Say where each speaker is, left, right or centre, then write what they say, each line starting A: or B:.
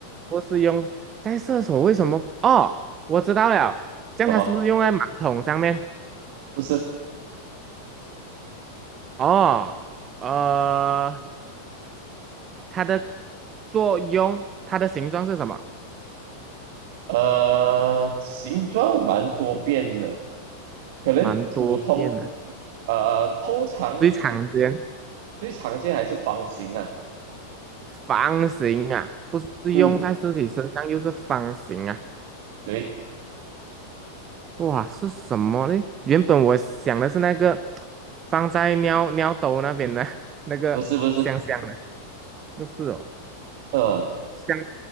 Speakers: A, on the right; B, on the right.
A: 不是用在厕所，为什么？哦，我知道了，这样它是不是用在马桶上面？
B: 什么？不是。
A: 哦，呃，它的作用，它的形状是什么？
B: 呃，形状蛮多变的，可能普通
A: 蛮多变的，
B: 呃通常
A: 最常见
B: 最常见还是方形的、
A: 方形啊，不是用在自己身上，
B: 嗯，
A: 又是方形啊。
B: 对，
A: 哇，是什么嘞？原本我想的是那个放在尿尿兜那边的 <laughs> 那个香香的，
B: 不是不是，
A: 不是哦。
B: 呃，
A: 像